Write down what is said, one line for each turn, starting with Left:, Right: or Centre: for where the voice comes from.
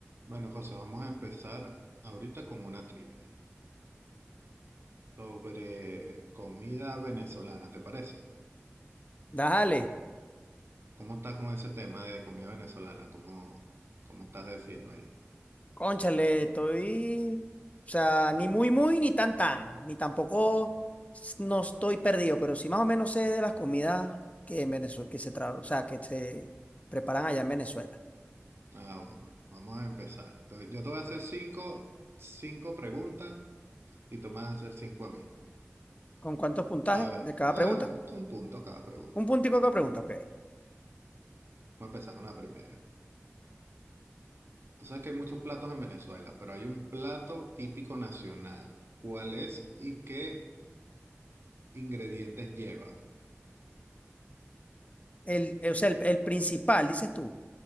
Right: Bueno, José, vamos a empezar ahorita con una trivia sobre comida venezolana, ¿te parece?
Left: Dale,
Right: ¿Cómo estás con ese tema de comida venezolana? ¿Cómo, cómo estás de fino ahí?
Left: cónchale, estoy, o sea, ni muy, muy, ni tan, tan, ni tampoco s- no estoy perdido, pero sí más o menos sé de las comidas que en Venezuela, que se tra- o sea, que se preparan allá en Venezuela.
Right: Ah, bueno, bueno, vamos a empezar. Entonces, Yo te voy a hacer cinco, cinco preguntas y tú me vas a hacer cinco a mí.
Left: ¿Con cuántos puntajes
Right: A ver,
Left: de cada
Right: bueno,
Left: pregunta?
Right: un punto cada pregunta.
Left: Un puntico de cada pregunta, ok.
Right: Vamos a empezar con la primera. Tú sabes que hay muchos platos en Venezuela, pero hay un plato típico nacional. ¿Cuál es y qué ingredientes lleva?
Left: El, eh, o sea, el, el principal, dices tú.